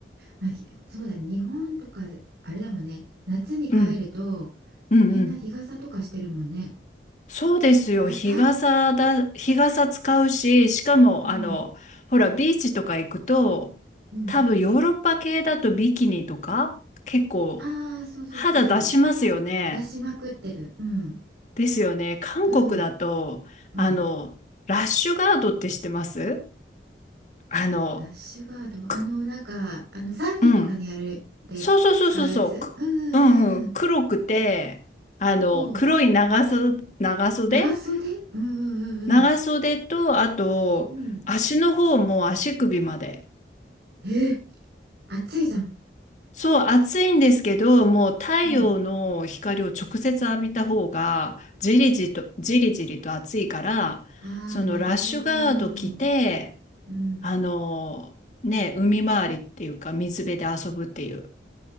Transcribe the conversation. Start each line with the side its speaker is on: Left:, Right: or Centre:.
Right: まあ、ひそうだね、日本とか、あれだもんね、夏に帰ると、
Left: うん。うんうん。
Right: みんな日傘とかしてるもんね。
Left: そうですよ。
Right: 日傘
Left: 日傘だ、日傘使うし、しかも、
Right: うん。
Left: あの、ほら、ビーチとか行くと、
Right: うん。
Left: 多分ヨーロッパ系だとビキニとか、結構
Right: ああ、そうそうそうそう。
Left: 肌出しますよね。
Right: 出しまくってる。うん。
Left: ですよね。韓国だと、
Right: うん。うん。
Left: あの、ラッシュガードって知ってますあの、
Right: ラッシュガード。
Left: く、
Right: あの、なんか、あの、サーフィンとかにやるで使うやつうんうんうんう
Left: うん。そうそうそうそうそう。くうんうん。黒くて、あの、
Right: ん。もう、
Left: 黒い長袖、長袖
Right: 長袖うんうん
Left: 長袖と、
Right: うん
Left: あと、
Right: うん。うん。
Left: 足の方も足首まで。
Right: え、暑いじゃん。
Left: そう、暑いんですけど、もう太陽の光を直接浴びた方が、
Right: うん。
Left: じりじりと、じりじりと暑いから、
Right: ああ、
Left: そのラッシュガード着て、
Right: なるほど。うん。
Left: あの、ね、海回りっていうか、水辺で遊ぶっていう。